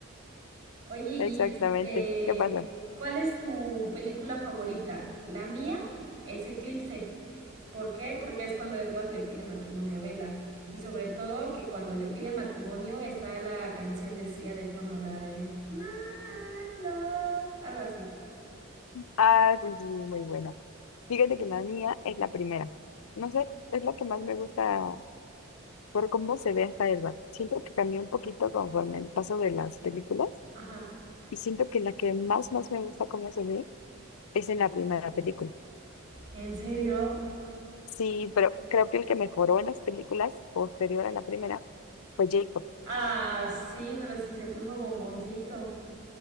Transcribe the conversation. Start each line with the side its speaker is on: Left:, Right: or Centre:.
Right: Oye, y
Left: Exactamente.
Right: este,
Left: ¿Qué pasa?
Right: ¿cuál es tu película favorita? La mía es Eclipse. ¿Por qué? Porque es cuando Edward le pide matrimonio a Bella. Y sobre todo que cuando le pide matrimonio está la canción de Sia de fondo, la de My Love, algo así.
Left: Ah, sí, sí, muy buena. Fíjate que la mía es la primera. No sé, es la que más me gusta por cómo se ve hasta el bat. Siento que cambió un poquito conforme el paso de las películas
Right: Ajá.
Left: y siento que la que más, más me gusta cómo se ve es en la primera película.
Right: ¿En serio?
Left: Sí, pero creo que el que mejoró en las películas posterior a la primera fue Jacob.
Right: Ah, sí, pero si se puso bomboncito.